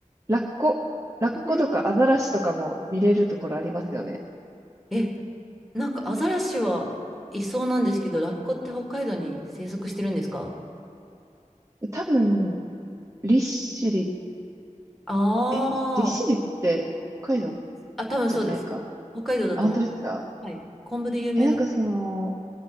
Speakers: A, on the right (about 25°); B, in the centre.
A: ラッコ。ラッコとかアザラシとかも見れるところありますよね。
B: うんえ、なんかアザラシはいそうなんですけど、ラッコって北海道に生息してるんですか
A: 多分、利尻、
B: ああー。
A: え、利尻って北海道
B: あ、多分そうですよ。
A: じゃないか。
B: 北海道だと思
A: あ、本当ですか。
B: う。はい。昆布で有名な。
A: え、なんかその、